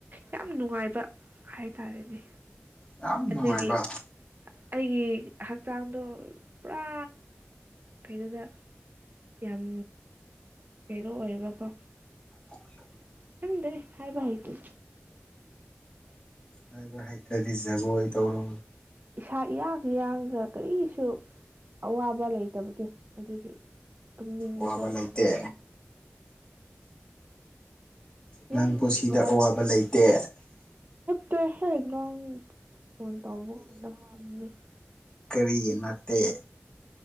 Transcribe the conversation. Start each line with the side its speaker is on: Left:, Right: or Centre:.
Right: ꯌꯥꯝ ꯅꯨꯡꯉꯥꯏꯕ ꯍꯥꯏ ꯇꯔꯦꯅꯦ
Left: ꯌꯥꯝ
Right: ꯑꯗꯨꯒꯤ
Left: ꯅꯨꯡꯉꯥꯏꯕ
Right: ꯑꯩꯒꯤ ꯍꯛꯆꯥꯡꯗꯣ ꯄꯨꯔꯥ ꯀꯩꯗꯨꯗ ꯌꯥꯝ ꯄꯦꯅꯣ ꯑꯣꯏꯌꯕꯀꯣ
Left: <unintelligible>
Right: ꯍꯪꯗꯦ ꯍꯥꯏꯕ ꯍꯥꯏꯇ
Left: ꯍꯥꯏꯕ ꯍꯩꯇ꯭ꯔꯗꯤ ꯖꯒꯣꯏ ꯇꯧꯔꯣ
Right: ꯏꯁꯥ ꯏꯌꯥꯡ ꯌꯥꯡꯒ ꯀꯔꯤꯁꯨ ꯑꯋꯥꯕ ꯂꯩꯇꯕꯗꯤ ꯑꯗꯨꯒꯤ ꯇꯨꯝꯅꯤꯡꯕꯗ
Left: ꯋꯥꯕ ꯂꯩꯇꯦ
Right: ꯌꯥꯝ ꯅꯨꯡꯉꯥꯏ
Left: ꯅꯪ
Right: ꯌꯥꯝ
Left: ꯄꯨꯟꯁꯤꯗ
Right: ꯋꯥꯔꯦ
Left: ꯑꯋꯥꯕ ꯂꯩꯇꯦ
Right: ꯇ ꯍꯅꯣꯡ ꯐꯣꯟ ꯇꯥꯎꯕ ꯀꯗ ꯍꯃꯅꯤ
Left: ꯀꯔꯤ ꯅꯠꯇꯦ